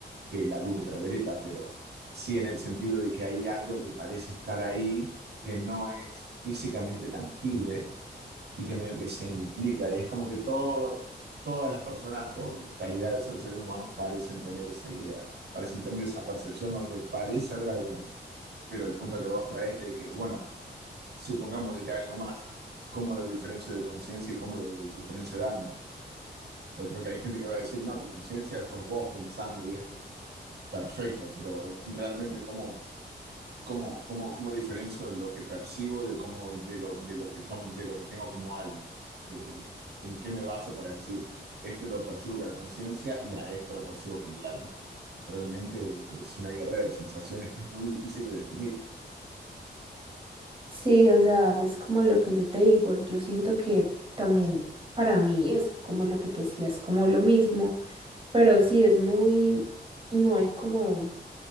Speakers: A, on the right (about 70°); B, on the right (about 30°).
A: que la luz ultravioleta, pero sí en el sentido de que hay algo que parece estar ahí, que no es físicamente tangible y que medio que se implica. Y es como que todo, todas las personas, por calidad de ser seres humanos, parecen tener esa idea, parecen tener esa percepción donde parece haber algo más. Pero el punto que vos traes de que, bueno, supongamos de que hay algo más, ¿cómo lo diferencio de conciencia y cómo lo diferencio de alma? Porque creo que hay gente que va a decir, no, tu conciencia sos vos pensando y esto. Perfecto, pero realmente cómo, cómo, cómo, cómo diferencio lo que percibo de cómo, de lo, de lo que to- de lo que tengo como alma. Eh, ¿En qué me baso para decir esto lo percibo con la conciencia y a esto lo percibo con el alma? Realmente es una guerra de sensaciones que es muy difícil de definir.
B: Sí, o sea, es como lo que yo te digo, yo siento que también para mí es como lo que te decía, es como lo mismo, pero sí es muy, no hay como...